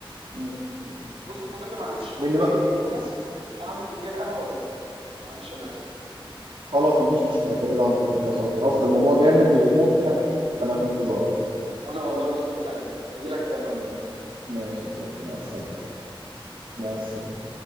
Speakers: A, on the right; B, on the right.
A: مم. مم.
B: بص يا صديقي معلش
A: وان
B: اديني
A: ما
B: دقيقتين بس اعمل فنجان قهوه واجيلك معلش انا اسف
A: خلاص مفيش مشكله كده كده هنتظرك يا صديقي اصلا الموضوع جامد
B: ماشي
A: وممتع
B: يا صديقي
A: فانا في انتظارك
B: وانا والله مستمتع جدا هجيلك تاني اهو
A: ماشي ماشي يا صديقي
B: يلا
A: مع السلامه
B: مع السلامة
A: مع السلامه